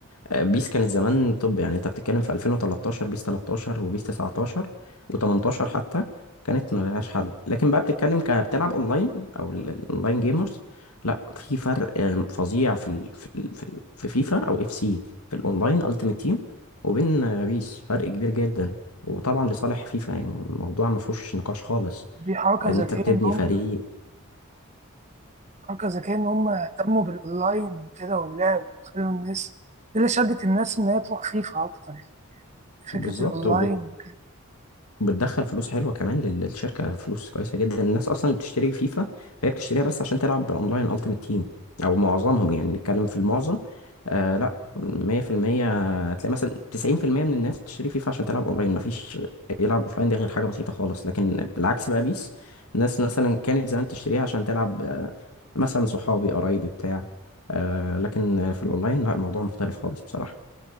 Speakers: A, on the left; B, on the right.
A: آه، بيس كانت زمان طب يعني انت بتتكلم في 2013 بيس 13 وبيس 19 و18 حتى كانت ملهاش حل لكن بقى بتتكلم كبتلعب اونلاين او ال- ال- الاونلاين جيمرز لا في فرق آه، فظيع في ال... في ال... في ال- في فيفا او اف سي في الاونلاين التيمت تيم وبين آه، بيس فرق كبير جدا وطبعا لصالح فيفا يعني الموضوع ما فيهوش نقاش خالص
B: دي حركة
A: انت
B: ذكية
A: بتبني
B: إن هم
A: فريق
B: حركة ذكية إن هم اهتموا بالأونلاين وكده واللعب وخلوا الناس دي اللي شدت الناس إن هي تروح فيفا أكتر يعني
A: بالظبط
B: فكرة الأونلاين وكده
A: بتدخل فلوس حلوه كمان لل- للشركه فلوس كويسه جدا الناس اصلا اللي بتشتري فيفا فهي بتشتريها بس عشان تلعب اونلاين التيمت تيم او معظمهم يعني نتكلم في المعظم آه لا 100% تلاقي مثلا 90% من الناس بتشتري فيفا عشان تلعب اونلاين مفيش يلعب اوفلاين ده غير حاجه بسيطه خالص لكن بالعكس بقى بيس الناس مثلا كانت زمان تشتريها عشان تلعب آه مثلا صحابي قرايبي بتاع آه لكن في الاونلاين لا الموضوع مختلف خالص بصراحه